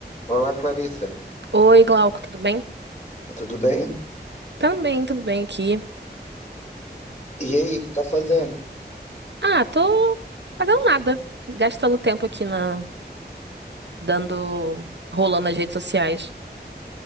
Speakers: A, on the left; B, on the right.
A: Olá, Clarissa.
B: Oi, Glauco, tudo bem?
A: Tudo bem?
B: Também, tudo bem aqui.
A: E aí, o que tá fazendo?
B: Ah, tô fazendo nada, gastando tempo aqui na dando rolando nas redes sociais.